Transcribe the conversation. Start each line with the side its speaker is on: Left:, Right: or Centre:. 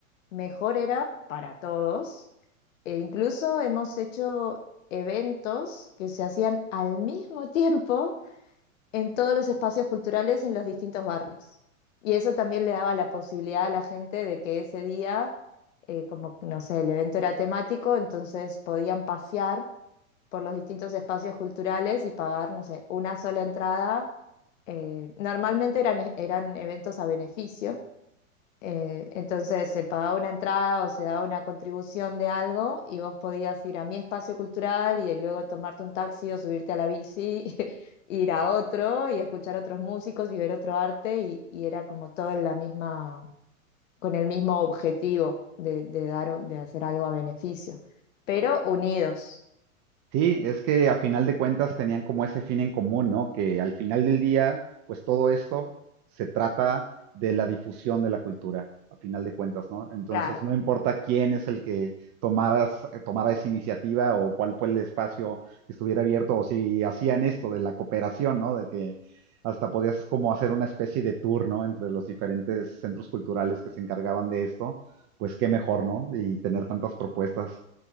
Left: mejor era para todos. E incluso hemos hecho eventos que se hacían al mismo <laughs> tiempo en todos los espacios culturales en los distintos barrios. Y eso también le daba la posibilidad a la gente de que ese día eh, como, que, no sé, el evento era temático, entonces podían pasear por los distintos espacios culturales y pagar, no sé, una sola entrada. Eh, normalmente eran, e- eran eventos a beneficio, eh, entonces se pagaba una entrada o se daba una contribución de algo y vos podías ir a mi espacio cultural y luego tomarte un taxi o subirte a la bici, <laughs> ir a otro y escuchar otros músicos y ver otro arte y, y era como todo en la misma con el mismo objetivo de, de dar, de hacer algo a beneficio, pero unidos,
Right: Sí, es que a final de cuentas tenían como ese fin en común, ¿no? Que al final del día, pues todo esto se trata de la difusión de la cultura, a final de cuentas, ¿no? Entonces,
Left: claro.
Right: no importa quién es el que tomaras, eh, tomara esa iniciativa o cuál fue el espacio que estuviera abierto, o si hacían esto de la cooperación, ¿no? De que hasta podías como hacer una especie de tour, ¿no? Entre los diferentes centros culturales que se encargaban de esto, pues qué mejor, ¿no? Y tener tantas propuestas.